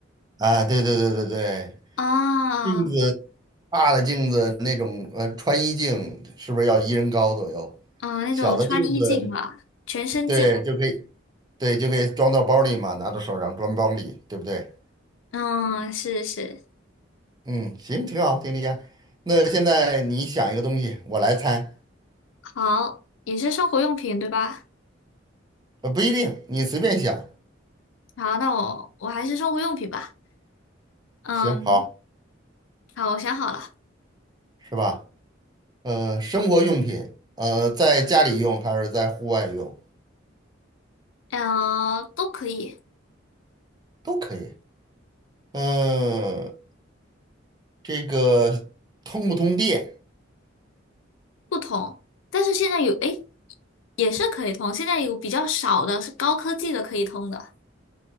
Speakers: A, on the right; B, on the left.
A: 啊，对对对对对，
B: 啊、哦
A: 镜子大的镜子那种，呃，穿衣镜是不是要一人高左右？
B: 啊、那种穿衣镜吧，
A: 小的镜子
B: 全身镜，
A: 对，就可以，对，就可以装到包里嘛，拿到手上装包里，对不对？
B: 嗯，是是，
A: 嗯，行，挺好，挺厉害。那现在你想一个东西，我来猜，
B: 好，也是生活用品对吧？
A: 呃，不一定，你随便想，
B: 好，那我我还是生活用品吧，嗯，
A: 行，好，
B: 好，我想好了，
A: 是吧？呃，生活用品，呃，在家里用还是在户外用
B: 嗯、都可以，
A: 都可以。嗯、这个通不通电
B: 不同，但是现在有，诶，也是可以通，现在有比较少的是高科技的可以通的，